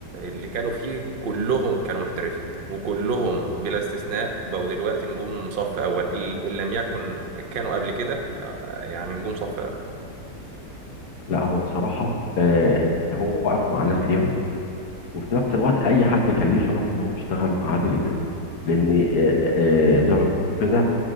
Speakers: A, on the right (about 60°); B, on the left (about 60°).
A: اللي كانوا فيه كلهم كانوا محترفين وكلهم بلا استثناء بقوا دلوقتي نجوم صف أول ال- اللي لم يكن كانوا قبل كده آه، يعني نجوم صف أول
B: لا هو بصراحة آه، هو واقف مع ناس ياما وفي نفس الوقت اي حد كان ليه شرف ان هو يشتغل مع عادل امام لان آه، آه، زي ما بيقولوا كده